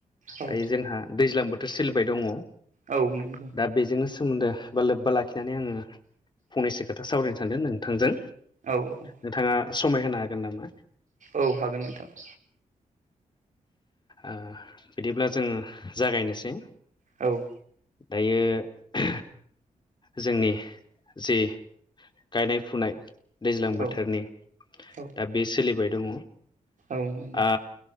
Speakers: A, on the right (about 65°); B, on the left (about 35°).
A: औ
B: दायो जोंहा दैज्लां बोथ थोर सोलिबाय दङ
A: औ नंगौ
B: दा बेजोंनो सोमोन्दो बा लोब्बा लाख खिनानै आङो फंनैसो खोथा सावरायनो सानदों नोंथांजों।
A: औ औ।
B: नोंथाङा समाय होनो हागोन नामा?
A: औ हागोन नोंथां।
B: ओ बिदिब्ला जोङो जागायनोसै।
A: औ
B: दायो जोंनि जे गायनाय फुनाय दैज्लां बोथोरनि
A: औ औ
B: दा बे सोलिबाय दङ
A: औ नंगौ
B: आ